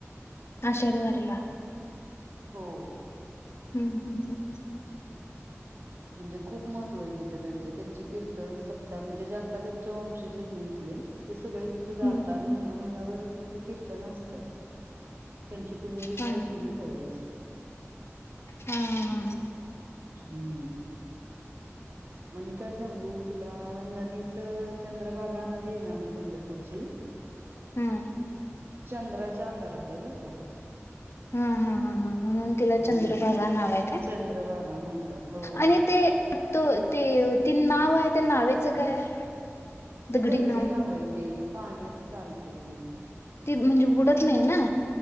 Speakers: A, on the left; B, on the right.
A: आषाढी वारीला.
B: हो.
A: हम्म हम्म हम्
B: म्हणजे खूप महत्व आहे तिथं त्यांच त्यांचे कीर्तन सप्ताह म्हणजेता त्यांचे वंशज इथले सगळे तिथे जातात
A: हम्म
B: महिना महिना भर तिथं कीर्तन असतात. त्यांची पुण्यरिती
A: हम्म
B: असती ना त्या वेळेस
A: हा हम हम ह
B: हम्म आणि काय सांगू तुला नदीच चंद्रभागा नदी आहे ना आमची पंढरपूरची
A: हम्म
B: चंद्राच्या आकारात आहे बरं का.
A: हा हा हा हा म्हणून
B: हम्म
A: तिला चंद्रभागा नाव आहे काय
B: चंद्रभागा म्हणतात हो
A: आणि ते तो ते ति नाव आहे त्या नावेचं काय आहे.
B: तिगडी
A: दगडी नाव
B: <unintelligible> नावय तेे पाण्यात चालते ते
A: ती म्हणजे बुडत नाही ना.